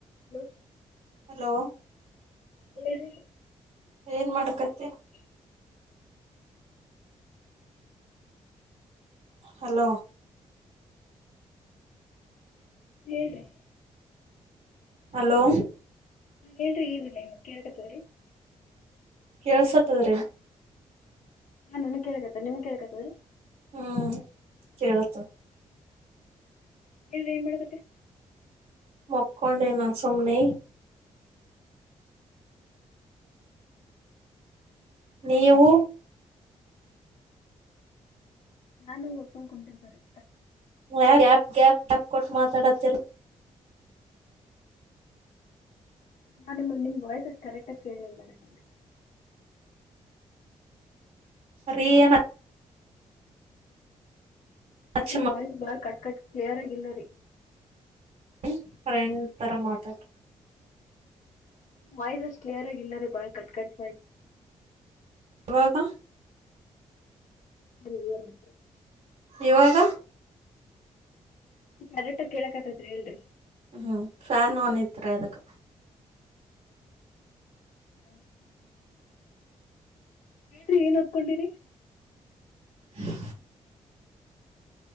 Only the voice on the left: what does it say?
hello
ಹೇಳಿ.
<inaudible>
ಹೇಳಿ ರೀ.
ನ್ಹೇಳ್ರಿ ಈಗಿಲ್ ಕೇಳ್ತತೊಗೋರಿ.
ನಾ ನನ್ ಕೇಳ ಕತ್ ನಿಮ್ ಕೇಳ ಕತರೀ.
ಹೇಳಿರಿ ಏನ್ ಮಾಡಕತ್ತಿ.
ನಾನು ಸುಮನ್ ಕುಂತಿದೆರಿ.
ನಾ ನಿಮ್ದ ನಿಮ್ದ ವಾಯಿಸ್ಸಷ್ಟು ಕರೆಕ್ಟ್ಆಗಿ ಕೇಳಿಲ್ಲ ನನ್ಗೆ.
ನಿಮ್ಮ ವಾಯ್ಸ್ ಬಾಳ್ ಕಟ್ ಕಟ್ ಕ್ಲಿಯರ್ ಆಗಿ ಇಲ್ಲರಿ.
ವಾಯಿಸ್ ಅಷ್ಟ ಕ್ಲಿಯರ್ ಆಗ ಇಲ್ಲರಿ ಬಾಳ್ ಕಟ್ ಕಟ್
ಕ್ಲಿಯರ್ ಅಯ್ತಿ.
ಕರೆಕ್ಟಗ ಕೇಳಕತ್ತಿ ಹೇಳ್ರಿ.
<inaudible> ರಿ ಏನ್ ಓತ್ಕೊಂಡಿರಿ.